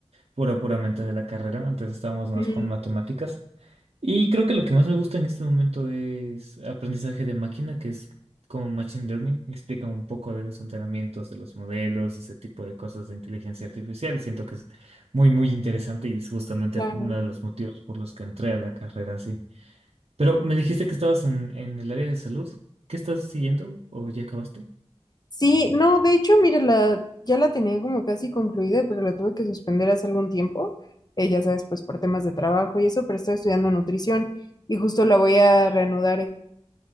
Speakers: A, on the right; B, on the left.
A: pura, puramente de la carrera, antes estábamos más
B: Ujú,
A: con matemáticas. Y creo que lo que más me gusta en este momento es aprendizaje de máquina, que es como Machine Learning. Explica un poco de los entrenamientos, de los modelos, ese tipo de cosas de inteligencia artificial. Siento que es muy, muy interesante y es justamente
B: Claro.
A: uno de los motivos por los que entré a la carrera así. Pero me dijiste que estabas en, en el área de salud. ¿Qué estás siguiendo o ya acabaste?
B: Sí, no, de hecho, mira, la, ya la tenía como casi concluida, pero la tuve que suspender hace algún tiempo, eh, ya sabes, pues por temas de trabajo y eso, pero estaba estudiando nutrición y justo la voy a reanudar e-